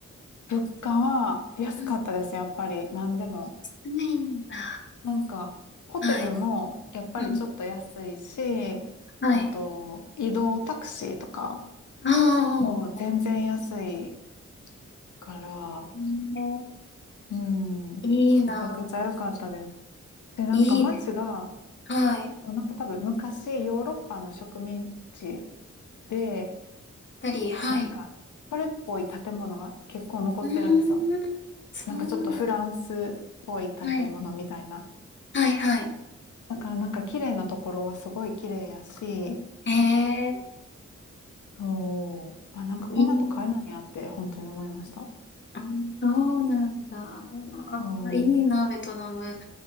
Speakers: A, on the left (about 80°); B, on the left (about 40°).
A: 物価は安かったです、
B: ん
A: やっぱり。何でも。
B: ないんだ。
A: なんか、ホテルもやっぱりちょっと安いし、
B: はい。うん。はい。
A: あと、移動タクシーとか
B: ああ、
A: も全然安いから、
B: へー
A: うん、
B: いいな。
A: めちゃくちゃ良かったです。で、なんか街が、
B: いいで、はい。やっ
A: なんか多分昔ヨーロッパの植民地で、
B: ぱり、はい。
A: なんか、それっぽい建物が結構残ってるんですよ。
B: うーん。そうなん
A: なんかちょっとフランスっぽい建物みたいな。
B: だ。はいはいはい。
A: だからなんか綺麗なところはすごい綺麗やし、
B: へえ、
A: そう。あ、なんかこんなと買えないんやって、
B: いい。
A: 本当に思いました。
B: あ、そうなんだ。わあ、
A: そ
B: いいな、ベトナム。